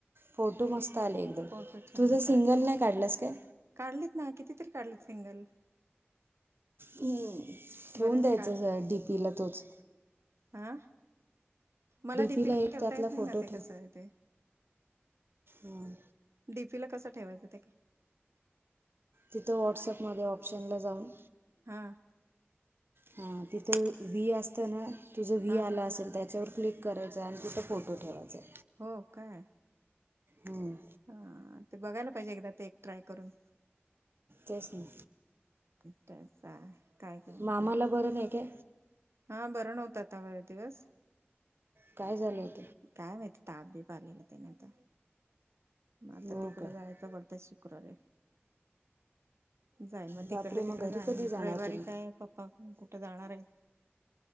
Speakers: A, on the right; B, on the right.
A: फोटो मस्त आले एकदम
B: फोटो छान
A: तुझं
B: काढ
A: सिंगल नाही काढलास काय?
B: काढलेत ना कितीतरी काढलेत सिंगल.
A: हम् ठेवून
B: बरेच
A: द्यायचंस
B: काढ
A: डी पी ला तोच.
B: हा मला डी
A: पीला
B: पी ला
A: एक
B: ठेवता
A: त्यातला
B: येत नाही
A: फोटो
B: ना ते
A: ठेव
B: कसं अ ते
A: हां
B: डीपीला कसं ठेवायचं ते का
A: तिथं व्हॉटसअप मध्ये ऑप्शनला जाऊन
B: हा
A: हा तिथं वी असतय ना तुझं वी
B: हा
A: आलं असेल त्याच्यावर क्लिक करायचं हाय आणि तिथं फोटो ठेवायचाय.
B: हो काय.
A: हम्म
B: हा ते बघायला पाहिजे एकदा ते एक ट्राय करून
A: तेच ना
B: <unintelligible> काय
A: मामाला बरं नाही काय?
B: हा बरं नव्हत आता बरेच दिवस
A: काय झालं होत?
B: काय माहिती ताप बी प आलेला त्याना आता म आता
A: हो
B: तिकडं
A: काय
B: जायचं बोलतायत शुक्रवारी. जाईन. मग
A: बापरे
B: तिकडल्या तिकड
A: घरी
B: जाईन
A: कधी जाणार
B: रैवारी
A: तुम्ही
B: काय पप्पा पण कुठं जाणार आ